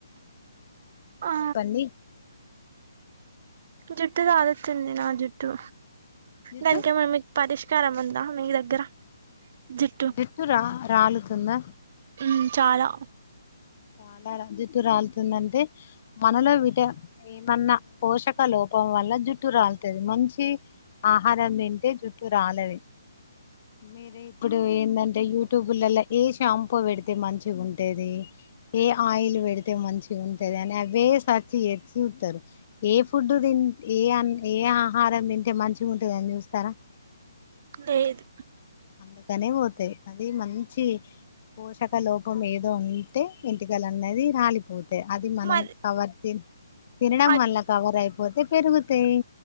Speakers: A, on the right (about 40°); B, on the left (about 35°).
A: ఆ
B: చెప్పండి
A: జుట్టు రాలుతుంది నా జుట్టు
B: జుట్టు
A: దానికేమన్న పరిష్కారం ఉందా మీ దగ్గరా జుట్టు
B: జుట్టు రా రాలుతుందా
A: ఉమ్ చాలా
B: చాలా రా జట్టు రాలుతుందంటే మనలో విట ఏమన్నా పోషక లోపం వల్ల జుట్టు రాలుతది మంచి ఆహారం తింటే జుట్టు రాలది మీరు ఇప్పుడు ఏందంటే యూట్యూబ్ల్ల లో ఏ షాంపూ పెడితే మంచిగా ఉంటది ఏ ఆయిల్ పెడితే మంచిగా ఉంటది అని అవే సర్చ్ చేసి చూతారు ఏ ఫుడ్డు తి ఏ అ ఏ ఆహారం తింటే మంచిగా ఉంటుందని చూస్తారా
A: లేదు
B: అందుకనే పోతాయి అది మంచి పోషక లోపం ఏదో ఉంటే ఎంటికలు అన్నది రాలి పోతై అది మనం
A: మరి
B: కవర్ త తినడం
A: ఆ
B: వల్ల కవర్ అయిపోతే పెరుగుతాయి